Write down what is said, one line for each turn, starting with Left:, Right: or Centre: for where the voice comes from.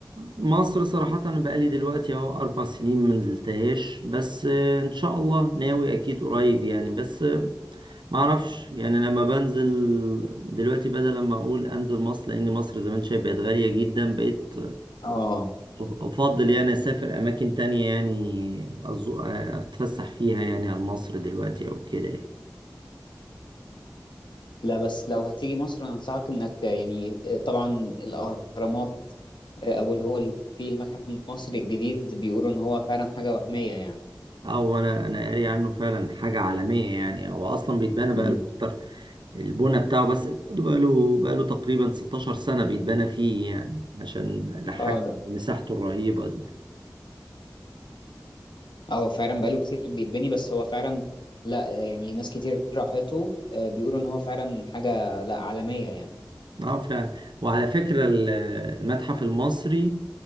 Right: مصر صراحة أنا بقالي دلوقتي أهو أربع سنين منزلتهاش بس آه، إن شاء الله ناوي أكيد قريب يعني بس آه، معرفش يعني لما بنزل دلوقتي بدل لما أقول أنزل مصر لأن مصر زمان شايف بقت غالية جدا بقيت
Left: اه
Right: أفضل يعني أسافر أماكن تانية يعني أزو- أتفسح فيها يعني عن مصر دلوقتي أو كده يعني.
Left: لا بس لو هتيجي مصر انا انصحك انك يعني آه، طبعا الاهرامات آه، ابو الهول في المتحف المصري الجديد بيقولوا ان هو فعلا حاجه وهميه يعني
Right: أو أنا أنا قاري عنه فعلا حاجة عالمية يعني هو أصلا بيتبنى بقاله
Left: مم.
Right: أكتر البنى بتاعه بس برضه بقاله بقاله تقريبا 16 سنة بيتبنى فيه يعني عشان لحاجة
Left: اه ده
Right: مساحته الرهيبة دي
Left: اه فعلا بقاله كتير بيتبني بس هو فعلا لا آه، يعني ناس كتير راحته آه، بيقولوا ان هو فعلا حاجه لا عالميه يعني
Right: اه فعلا وعلى فكرة ال- المتحف المصري